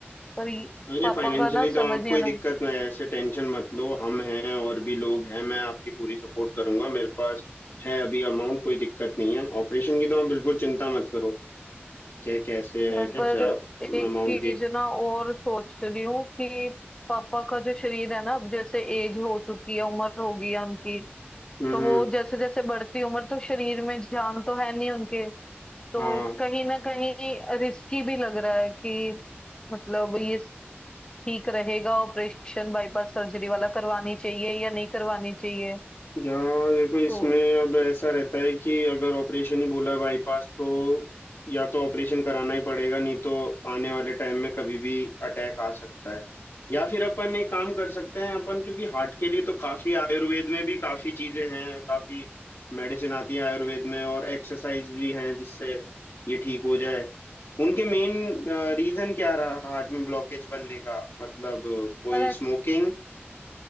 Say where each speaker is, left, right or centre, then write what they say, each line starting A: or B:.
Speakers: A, on the left; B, on the left.
A: पर ये-
B: अरे
A: पापा
B: फाइनेंशियली
A: का ना
B: तो
A: समझ
B: आप
A: नहीं
B: कोई
A: आना
B: दिक्कत नहीं है, ऐसे टेंशन मत लो हम हैं और भी लोग हैं मैं आपकी पूरी सपोर्ट करूंगा मेरे पास है अभी अमाउंट कोई दिक्कत नहीं है ऑपरेशन की तो आप बिल्कुल चिंता मत करो क्या कैसे
A: यार
B: है कैसे
A: पर
B: आप
A: एक
B: अमाउंट
A: चीज
B: की
A: ना और सोच रही हूँ कि पापा का जो शरीर है ना अब जैसे एज हो चुकी है उम्र हो गई है उनकी
B: हम्म
A: तो
B: हम्म
A: वो जैसे जैसे बढ़ती उम्र तो शरीर में जान तो है नहीं उनके तो
B: हाँ
A: कहीं ना कहीं रिस्की भी लग रहा है कि मतलब ये ठीक रहेगा ऑपरेशन बाईपास सर्जरी वाला करवानी चाहिए या नहीं करवानी चाहिए
B: यहाँ देखो इसमें
A: तो
B: अब ऐसा रहता है कि अगर ऑपरेशन ही बोला है बाईपास तो या तो ऑपरेशन कराना ही पड़ेगा नहीं तो आने वाले टाइम में कभी भी अटैक आ सकता है या फिर अपन एक काम कर सकते हैं अपन क्योंकि हार्ट के लिए तो काफी आयुर्वेद में भी काफी चीजें हैं काफी मेडिसिन आती है आयुर्वेद में और एक्सरसाइज भी हैं जिससे ये ठीक हो जाए उनके मेन रीजन क्या रहा हार्ट में ब्लॉकेज बनने का मतलब कोई
A: और
B: स्मोकिंग